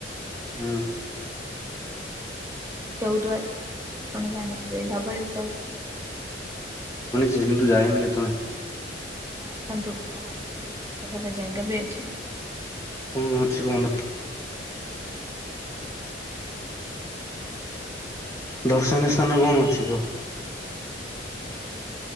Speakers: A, on the left; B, on the right.
A: ହୁଁ।
B: ଚୌଦ୍ୱାର ଆପଣ ଜାଣିଥିବେ ଧବଳେଶ୍ଵର ଚୌଦ୍ୱାର। ଏସବୁ
A: ଯେ କିନ୍ତୁ ଯାଇନି କେତେବେଳେ।
B: ହଁ ଆସନ୍ତୁ, ଆମର ଏଠି ବହୁତ୍ ଭଲ ଭଲ ଜାଗା ବି ଅଛି।
A: ମୁଁ ଅଛି ଗଣ୍ଡ୍ ଦର୍ଶନୀୟ ସ୍ଥାନ କଣ ଅଛି କୁହ?
B: କଣ କହିଲେ?